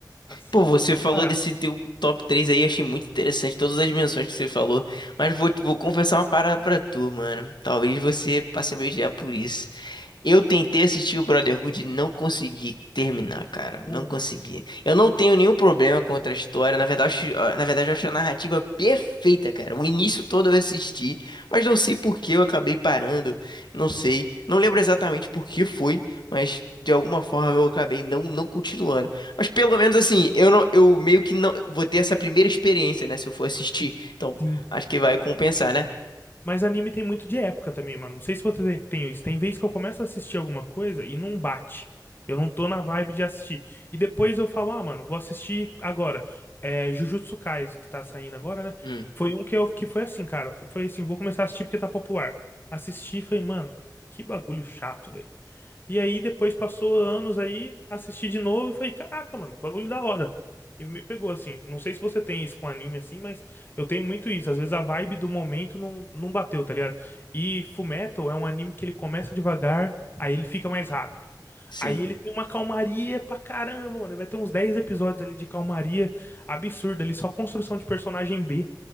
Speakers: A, on the left (about 30°); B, on the left (about 85°).
A: Assisto
B: Pô, você
A: sem
B: falou
A: parar.
B: desse teu top 3 aí, achei muito interessante todas as menções que você falou, mas vou, vou confessar uma parada pra tu, mano. Talvez você passe a me odiar por isso. Eu tentei assistir o Brotherhood e não consegui terminar, cara.
A: Pô,
B: Não consegui.
A: mano,
B: Eu não tenho nenhum problema contra a história. Na verdade, eu acho- ah, na verdade, eu acho a narrativa perfeita, cara. O início todo eu assisti, mas não sei por que eu acabei parando. Não sei. Não lembro exatamente por que foi, mas de alguma forma eu acabei não, não continuando. Mas pelo menos assim, eu não, eu meio que não vou ter essa primeira experiência, né? Se eu for assistir. Então,
A: sim.
B: acho que vai compensar, né?
A: Mas anime tem muito de época também, mano. Não sei se você tem tem isso. Tem vez que eu começo a assistir alguma coisa e não bate. Eu não tô na vibe de assistir. E depois eu falo, ah, mano, vou assistir agora. É, Jujutsu Kaisen, que tá saindo agora, né?
B: Hum,
A: Foi um que, eu, que foi assim, cara. Foi assim, vou começar a assistir porque tá popular. Assisti e falei, mano, que bagulho chato, velho. E aí depois passou anos aí, assisti de novo e falei, caraca, mano, bagulho da hora. E me pegou assim. Não sei se você tem isso com anime assim, mas eu tenho muito isso. Às vezes a vibe do momento não, não bateu, tá ligado? E Fullmetal é um anime que ele começa devagar, aí ele fica mais rápido.
B: sim.
A: Aí ele tem uma calmaria pra caramba, mano. Ele vai ter uns 10 episódios ali de calmaria absurda ali, só construção de personagem B.